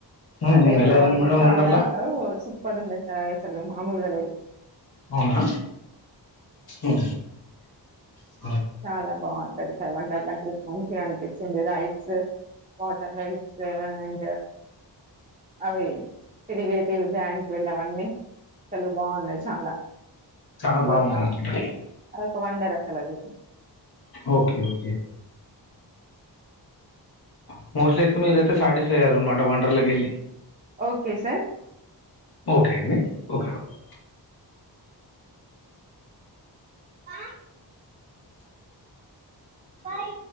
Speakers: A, on the left; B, on the right.
A: ఉహు
B: అదేమాకు
A: ఎలా ఉంది మేడం
B: చాలా
A: వండర్లా
B: వు సూపర్ వుంది సర్ అసలు మామూలుగా లెదు
A: అవునా ఊ మా
B: చాలా బాగుంటది సార్ వండర్లా ట్రిప్ మంచిగా అనిపించ్ నచ్చింది రైట్స్ వాటర్ రైట్స్ అండ్ అవి తిరిగేటి జాయింట్విల్ అవన్నీ అసలు బాగున్నాయి చాలా
A: చాలా
B: అదొక
A: బాగుంది అనమాట
B: అదొక వండర్ అసలు అది
A: ఓకే ఓకే ఓ మోస్ట్లీ అయితే మీరైతే సాటిస్ఫై అయ్యారాన్న మాట వండర్లకి వెళ్ళి
B: ఓకే సార్
A: ఓకే అండి ఓకేఓకే
B: మా బాయ్